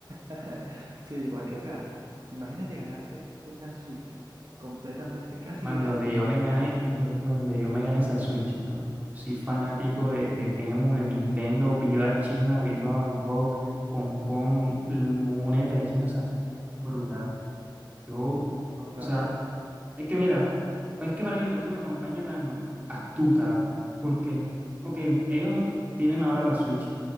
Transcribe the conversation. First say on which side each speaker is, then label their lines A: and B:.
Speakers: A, on the right (about 55°); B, on the right (about 20°).
A: <laughs> Sí, porque, o sea, imagínate ganarte una Switch completamente casi
B: Man,
A: gratis.
B: donde yo me gané, yo donde yo me gané esa Switch, man. Soy fanático de, de Temu, de Nintendo, viva China, viva Bangkok, Hong Kong, l- únete a China, o sea, brutal. Yo,
A: No, claro.
B: o sea, es que mira, pues es que para mí me parece una campaña tan astuta, porque, ok, ellos tienen ahora la Switch,